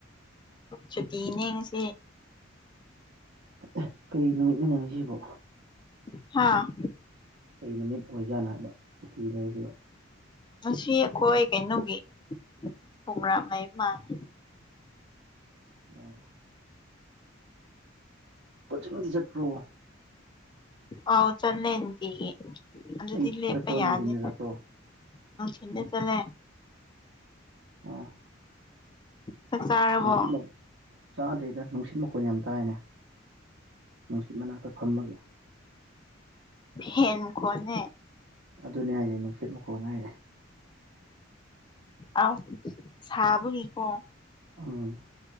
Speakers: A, on the left (about 25°); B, on the right (about 60°).
A: ꯁꯨꯇꯤꯅꯦ ꯉꯁꯤ
B: ꯑꯦ ꯀꯩ ꯅꯨꯃꯤꯠꯅꯣꯅꯦ ꯉꯤꯁꯤꯕꯣ
A: ꯍꯥꯥ
B: ꯀꯩ ꯅꯨꯃꯤꯠ ꯑꯣꯏꯖꯥꯠꯅꯣ ꯍꯥꯏꯕ ꯁꯨꯇꯤ ꯂꯩꯖꯤꯕꯣ
A: ꯉ ꯑꯈꯣꯏ ꯀꯩꯅꯣꯒꯤ ꯄꯣꯒ꯭ꯔꯥꯝ ꯂꯩꯕ ꯃꯥꯜꯂꯦ
B: ꯑꯣ ꯀꯣꯖꯤꯡꯗꯤ ꯖꯠꯄ꯭ꯔꯣ
A: ꯑꯥꯎ ꯆꯠꯂꯦ ꯅꯨꯡꯇꯤꯒꯤ ꯑꯗꯨꯗꯤ
B: ꯑꯌꯨꯛꯇ
A: ꯂꯦꯞꯄꯥ
B: ꯆꯠꯄ꯭ꯔꯣ ꯅꯨꯡꯊꯤꯟꯗ
A: ꯌꯥꯗꯦ
B: ꯆꯠꯄ꯭ꯔꯣ
A: ꯅꯨꯡꯊꯤꯟꯗ ꯆꯠꯂꯦ
B: ꯑꯣ
A: ꯆꯥꯛ ꯆꯥꯔꯕꯣ
B: <unintelligible> ꯆꯥꯗ꯭ꯔꯤꯗ ꯅꯨꯡꯁꯤꯠ ꯃꯈꯣꯟ ꯌꯥꯝ ꯇꯥꯏꯅꯦ ꯅꯨꯡꯁꯤꯠ ꯃꯅꯥꯛꯇ ꯐꯝꯕꯒꯤ
A: ꯐꯦꯟ ꯃꯈꯣꯟꯅꯦ
B: ꯑꯗꯨꯅꯦ ꯍꯥꯏꯁꯦ ꯅꯨꯡꯁꯤꯠ ꯃꯈꯣꯟ ꯍꯥꯏꯁꯦ
A: ꯑꯥꯎ ꯁꯥꯕꯒꯤꯀꯣ
B: ꯎꯝ